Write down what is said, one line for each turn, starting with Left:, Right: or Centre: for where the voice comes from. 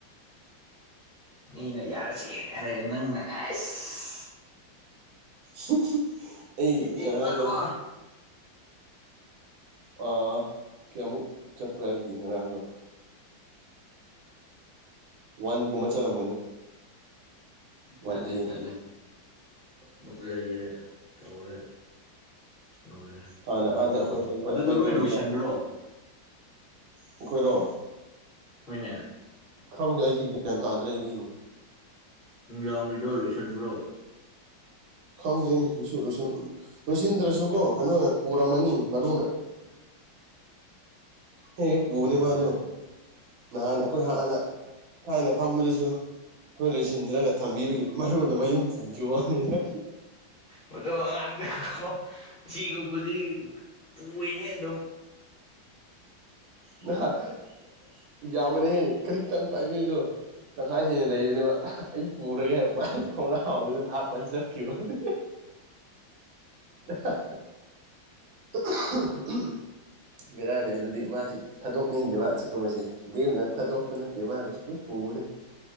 Left: ꯃꯤꯅ ꯌꯥꯔꯁꯤ ꯍꯥꯏꯔ ꯅꯪꯅ ꯑꯥꯏꯁ
Right: ꯍ ꯍ ꯑꯩ
Left: ꯍꯦꯟꯖꯤꯟꯕꯀꯣ
Right: ꯉꯥꯔꯥꯡꯗꯣ ꯑꯥ ꯀꯌꯥꯃꯨꯛ ꯆꯠꯄ꯭ꯔꯥ ꯑꯩꯒꯤ ꯉꯔꯥꯡꯗꯣ ꯋꯥꯟ ꯒꯨꯝꯕ ꯆꯠꯂꯝꯒꯅꯤ
Left: ꯆꯠꯂꯦ
Right: ꯋꯥꯟ ꯀꯦ
Left: ꯆꯠꯂꯦ ꯑꯃꯨꯛ ꯂꯩꯔꯦ ꯇꯧꯔꯦ ꯂꯣꯏꯔꯦ
Right: ꯍꯥꯟꯅ
Left: ꯉꯥꯔꯥꯡꯗꯤ
Right: ꯑꯥꯗ ꯑꯩꯈꯣꯏ
Left: ꯎꯨꯝ ꯑꯗꯨꯗ
Right: ꯑꯩꯈꯣꯏꯒꯤꯗ
Left: ꯂꯣꯏ ꯂꯣꯏꯁꯤꯟꯕ꯭ꯔꯣ
Right: ꯑꯩꯈꯣꯏꯔꯣ
Left: ꯍꯣꯏꯅꯦ
Right: ꯈꯪꯗꯦ ꯑꯩꯗꯤ ꯒ꯭ꯌꯥꯟ ꯇꯥꯗ꯭ꯔꯦ ꯑꯩꯗꯤ
Left: ꯅꯨꯡꯗꯥꯡꯒꯤꯗꯣ ꯂꯣꯏꯁꯤꯟꯕ꯭ꯔꯣ
Right: ꯈꯪꯗꯦ ꯑꯗꯨꯁꯨ ꯂꯣꯏꯁꯤꯟ ꯂꯣꯏꯁꯤꯟꯗ꯭ꯔꯁꯨꯀꯣ ꯀꯩꯅꯣꯅ ꯄꯨꯔꯝꯃꯅꯤ ꯃꯔꯨꯅ ꯍꯦꯛ ꯍꯦꯛ ꯄꯨꯕꯅꯦ
Left: ꯈꯪꯗꯦꯅꯦ
Right: ꯃꯥꯗꯣ ꯅꯍꯥꯟ ꯑꯩꯈꯣꯏ ꯍꯥꯟꯅ ꯊꯥꯏꯅ ꯐꯝꯕꯗꯨꯁꯨ ꯑꯩꯈꯣꯏ ꯂꯣꯏꯁꯤꯟꯗ꯭ꯔꯒ ꯊꯝꯕꯤꯕꯒꯤ ꯃꯔꯨꯅ ꯃꯌꯨꯝ ꯄꯨꯈꯤꯕ ꯋꯥꯅꯤꯗ
Left: ꯃꯗꯨ ꯑꯉꯥꯡꯗꯣꯀꯣ ꯁꯤꯒꯨꯝꯕꯗꯤ ꯄꯨꯏꯌꯦ ꯑꯗꯨꯝ
Right: ꯅꯍꯥꯟ ꯌꯥꯝꯕꯅꯦꯍꯦ ꯀꯔꯤꯛꯇꯪ ꯄꯥꯏꯅꯤꯗꯣ ꯇꯪꯈꯥꯏ ꯍꯦꯟꯅ ꯂꯩꯕꯅꯦꯕ ꯑꯩ ꯄꯨꯔꯒꯦ ꯍꯥꯏ
Left: ꯎꯝ
Right: ꯃꯥꯏ ꯈꯣꯡꯒ꯭ꯔꯥꯎꯗꯨꯗ ꯍꯥꯞꯄ ꯆꯠ ꯀꯤꯕ ꯋꯥꯅꯤ ꯍ ꯍ ꯍ <inaudible> ꯕꯦꯔꯥꯅꯤ ꯑꯗꯨꯗꯤ ꯃꯥꯁꯤ ꯊꯥꯗꯣꯛꯅꯤꯡꯗꯦꯕ ꯑꯁꯤꯒꯨꯝꯕꯁꯦ ꯂꯦꯝꯅ ꯊꯥꯗꯣꯛꯄ ꯅꯠꯇꯦ ꯃꯥꯁꯨ ꯑꯗꯨꯝ ꯄꯨꯕꯅꯦ